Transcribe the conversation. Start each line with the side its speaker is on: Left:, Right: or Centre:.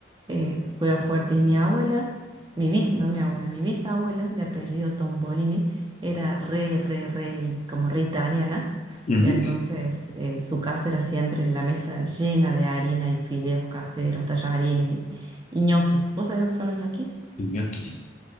Right: eh, juega fuerte. Y mi abuela, mi bis, no mi abuela, mi bisabuela de apellido Tombolini era re, re, re, y como re italiana.
Left: Mm.
Right: Entonces eh, su casa era siempre la mesa llena de harina y fideos caseros, tallarines y, y ñoquis. ¿Vos sabés lo que son los ñoquis?
Left: Y ñoquis